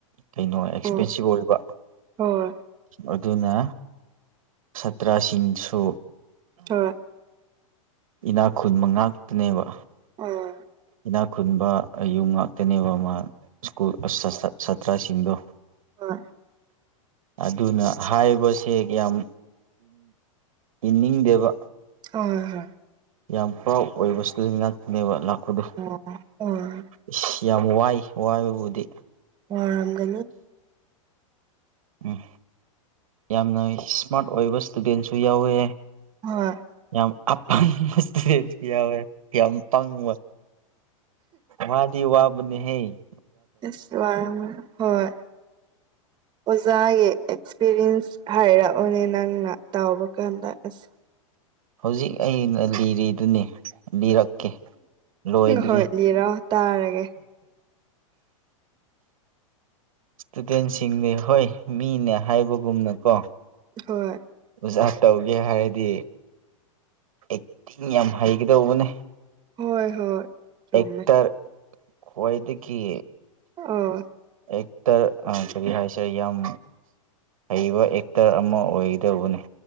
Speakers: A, on the right; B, on the right.
A: ꯀꯩꯅꯣ ꯑꯦꯛꯁꯄꯦꯟꯁꯤꯞ
B: ꯍꯣꯏ
A: ꯑꯣꯏꯕ
B: ꯍꯣꯏ
A: ꯑꯗꯨꯅ ꯁꯇ꯭ꯔꯥꯁꯤꯡꯁꯨ
B: ꯍꯣꯏ
A: ꯏꯅꯥꯛ ꯈꯨꯟꯕ ꯉꯥꯛꯇꯅꯦꯕ
B: ꯑꯣ
A: ꯏꯤꯅꯥꯛ ꯈꯨꯟꯕ ꯑꯌꯨꯝ ꯉꯥꯛꯇꯅꯦꯕ ꯃꯥ ꯁ꯭ꯀꯨꯜ ꯁꯥꯇ꯭ꯔꯁꯤꯡꯗꯣ
B: ꯍꯣꯏ
A: ꯑꯗꯨꯅ ꯍꯥꯏꯔꯤꯕꯁꯦ ꯌꯥꯝ ꯏꯅꯤꯡꯗꯦꯕ
B: ꯍꯣꯏ ꯍꯣꯏ
A: ꯌꯥꯝ ꯄ꯭ꯔꯥꯎ ꯑꯣꯏꯕꯁꯨ ꯂꯩꯉꯥꯛꯇꯅꯦꯕ ꯂꯥꯛꯄꯗ
B: ꯑꯣ ꯑꯣ
A: ꯏꯁꯁ ꯌꯥꯝ ꯋꯥꯏ ꯋꯥꯏꯕꯕꯨꯗꯤ
B: ꯑꯣ ꯑꯔꯝꯒꯣ
A: ꯎꯝ ꯌꯥꯝꯅ ꯏꯁꯃꯥꯔꯠ ꯑꯣꯏꯕ ꯏꯁꯇꯨꯗꯦꯟꯁꯨ ꯌꯥꯎꯋꯦ
B: ꯍ
A: ꯌꯥꯝ ꯑ ꯃꯁ ꯑꯣꯏꯣꯏ ꯌꯥꯝ ꯇꯪꯕ ꯋꯥꯗꯤ ꯋꯥꯕꯅꯤꯍꯦ
B: ꯑꯁ ꯋꯥꯔꯝ ꯍꯣꯏ ꯑꯣꯖꯥꯒꯤ ꯑꯦꯛꯁꯄꯤꯔꯤꯌꯦꯟꯁ ꯍꯥꯏꯔꯛꯑꯣꯅꯦ ꯅꯪꯅ ꯇꯥꯎꯕ ꯀꯥꯟꯗ ꯑꯁ
A: ꯍꯧꯖꯤꯛ ꯑꯩꯅ ꯂꯤꯔꯤꯗꯨꯅꯦ ꯔꯛꯀꯦ ꯂꯣꯏꯗ꯭ꯔꯤ
B: ꯍꯣꯏ ꯂꯤꯔꯥꯎ ꯇꯥꯔꯒꯦ
A: ꯏꯁꯇꯨꯗꯦꯟꯁꯤꯡꯗꯤ ꯍꯣꯏ ꯃꯤꯅꯦ ꯍꯥꯏꯕꯒꯨꯝꯅꯀꯣ
B: ꯍꯣꯏ
A: ꯑꯣꯖꯥ ꯇꯧꯒꯦ ꯍꯥꯏꯔꯗꯤ ꯑꯦꯛꯇꯤꯡ ꯌꯥꯝ ꯍꯩꯒꯗꯧꯕꯅꯦ
B: ꯍꯣꯏ ꯍꯣꯏ ꯆꯨꯝꯃꯦ
A: ꯑꯦꯛꯇꯔ ꯈ꯭ꯋꯥꯏꯗꯒꯤ
B: ꯑꯣ
A: ꯑꯦꯛꯇ ꯀꯔꯤ ꯍꯥꯏꯁꯦ ꯌꯥꯝ ꯍꯩꯕ ꯑꯦꯛꯇꯔ ꯑꯃ ꯑꯣꯏꯒꯗꯧꯕꯅꯤ